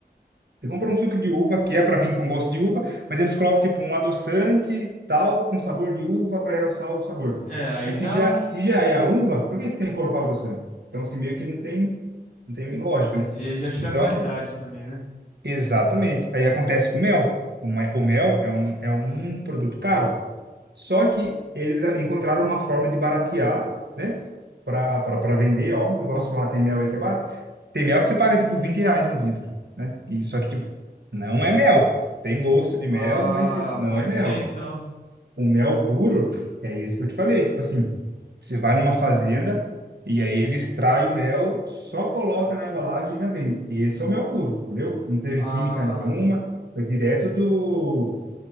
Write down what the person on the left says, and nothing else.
É, aí
já,
tá,
e aí já tira
a qualidade também, né?
Ah,
pode
ser então.
Ah,